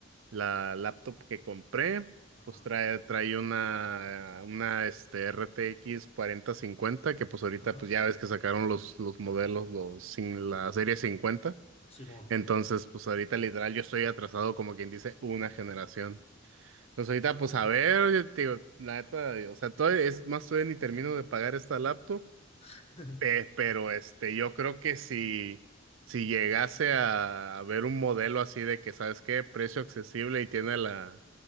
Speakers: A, on the right (about 70°); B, on the left (about 30°).
A: la laptop que compré,
B: Ajá,
A: pues trae, trae una, una este, RTX cincuenta, que pues ahorita,
B: ajá.
A: pues ya ves que sacaron los, los modelos, los, sin, la serie 50.
B: Simón.
A: Entonces, pues ahorita literal yo estoy atrasado como quien dice una generación. Pues ahorita,
B: Oh.
A: pues a ver, yo te digo, la neta, o sea, todavía es más, todavía ni termino de pagar esta laptop
B: <laughs>
A: eh, pero este, yo creo que si, si llegase a ver un modelo así de que, ¿sabes qué? Precio accesible y tiene la,